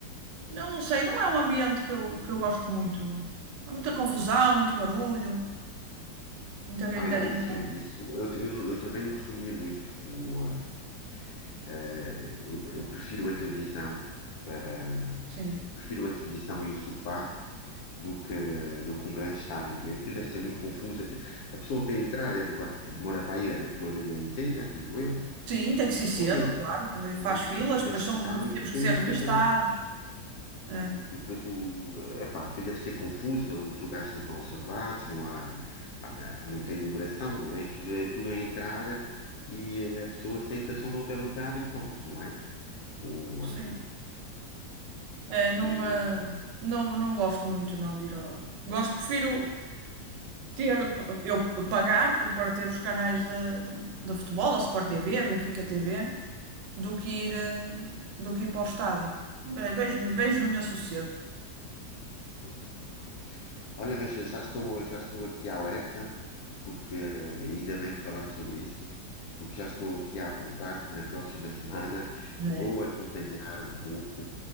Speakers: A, on the right; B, on the left.
A: não sei, não é um ambiente que eu, que eu gosto muito, há muita confusão, muito barulho, muita gritaria,
B: Ai lá, isso, isso eu, te- eu não- eu também não costumo ir muito. O, ah, ah, eu, eu prefiro a televisão para
A: sim.
B: prefiro a televisão e o sofá do que, do que um grande estádio. Aquilo aquilo deve ser muito confuso. Aquilo, a pessoa para entrar deve, demora para ir uma manhã inteira, digo eu.
A: Sim, tem que ser cedo,
B: Só para
A: claro, que le- faz
B: Né?
A: filas,
B: Te- te- Tens
A: depois somos,
B: que chegar
A: re-
B: muito
A: temos
B: cedo,
A: que ser revistados,
B: que é para.
A: é,
B: E depois o. Epá, aquilo deve ser confuso, né? Os lugares não estão reservados, não há, há- há- não tem numeração, não é? Aquilo é tudo a entrar e a pessoa senta-se onde houver lugar e pronto, não é? O,
A: sim.
B: ah,
A: É, não,
B: o,
A: eh,
B: ah,
A: não, não gosto muito não de ir ao... Gosto, prefiro ter, eu pagar pelo- para ter os canais de, de futebol, a Sport TV, a Benfica TV,
B: é sim,
A: do que ir, eh, do que ir para o estádio. É, beijo, no- beijo
B: é,
A: no meu sossego.
B: é. Olha, mas eu já estou, já estou aqui alerta, porque ah, ainda bem que falamos sobre isso, porque já estou aqui a apontar que na próxima semana
A: É.
B: vou acompanhar um pouco